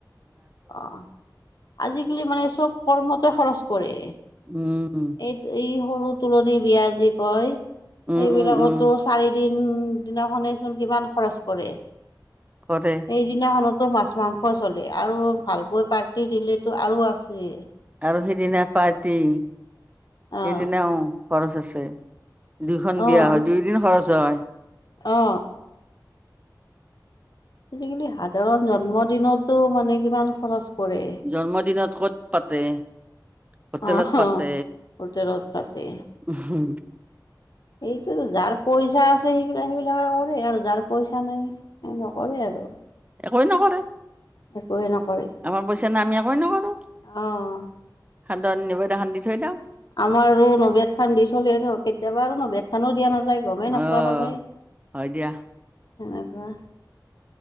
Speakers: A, on the left (about 65°); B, on the right (about 20°).
A: অ আজিকালি মানে চব কৰ্মতে খৰচ কৰে।
B: উম উম।
A: এই এই সৰু তুলনি বিয়া যি কয়
B: উম
A: এইবিলাকতো
B: উম উম
A: চাৰি দিন উম দিনাখনে চোন কিমান খৰচ কৰে।
B: কৰে।
A: সেইদিনাখনতো মাছ-মাংস চলে আৰু ভালকৈ পাৰ্টি দিলেটো আৰু আছে
B: আৰু সিদিনা পাৰ্টি সেইদিনাও
A: অ
B: খৰচ আছে। দুইখন বিয়া
A: অ
B: হয় দুয়দিন খৰচ হয়।
A: অ। আজিকালি সাধাৰণ জন্ম দিনতো মানে কিমান খৰচ কৰে।
B: জন্মদিনত ক'ত পাতে? হোটেলত
A: অহ,
B: পাতে
A: হোটেলত পাতে।
B: উম হুম
A: এইটো যাৰ পইচা আছে সেইবিলাক সেইবিলাকে কৰে আৰু যাৰ পইচা নাই নকৰে আৰু।
B: একোৱ নকৰে,
A: একোৱে নকৰে
B: আমাৰ পইচা নাই আমি একোৱেই নকৰো।
A: অ'।
B: <unintelligible> সানদি থৈ দাওঁ।
A: আমাৰ আৰু নবেদ খান দি চলে ন কেতিয়াবা আৰু নবেদ খানো দিয়া নাযায় গমে নোাপোৱা
B: আহ
A: নাযায়।
B: হয় দিয়া।
A: সেনেকোৱা।